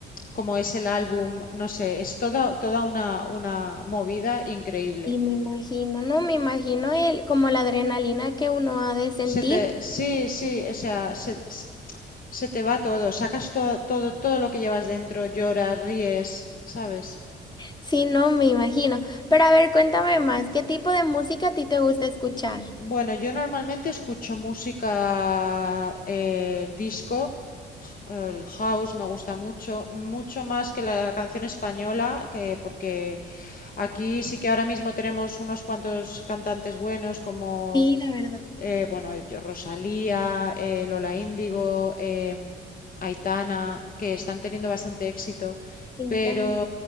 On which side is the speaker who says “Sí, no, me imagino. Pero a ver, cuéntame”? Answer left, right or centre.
Left